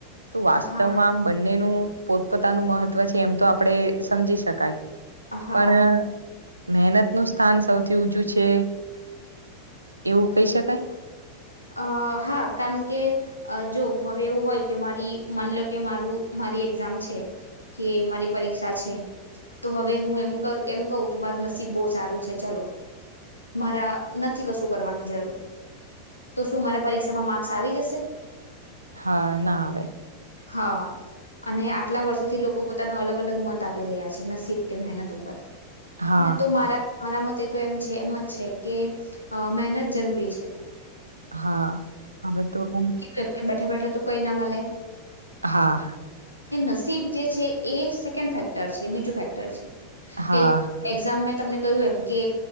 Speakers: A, on the right; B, on the left.
A: તો વાસ્તવમાં
B: હા
A: આમ બંનેનું પોતપોતાનું મહત્વ છે એમ તો આપડે સમજી શકાય.
B: હા.
A: પણ મહેનત નું સ્થાન સૌથી ઊચું છે એવું કહી શકાય. <inaudible>
B: અ હા કારણ કે જો હવે એવું હોય કે મારી માન લો કે મારું મારી એઝામ છે કે મારી પરીક્ષા છે. તો હવે હું એમ એમ કહું કે મારું નસીબ બહુ સારું છે ચલો. મારા નથી કશું કરવાની જરૂર. તો શું મારા પરીક્ષામાં માર્ક્સ આવી જશે?
A: હા ના આવે.
B: હા. અને આટલા વર્ષોથી લોકો પોતાના અલગ અલગ મત આપી રહ્યા છે નસીબ કે મહેનત ઉપર
A: હા
B: ના તો મારા મારા મતે તો એમ છે એમ જ છે કે મહેનત જરૂરી છે.
A: હા હવે તો એમ
B: જેમ બેઠા બેઠા તો કઈ ના મલે.
A: હા.
B: નસીબ જે છે એ સેન્ ફેક્ટર છે બીજું ફેક્ટર છે
A: હા
B: કે એક્ઝામ તમને કહ્યું એમ કે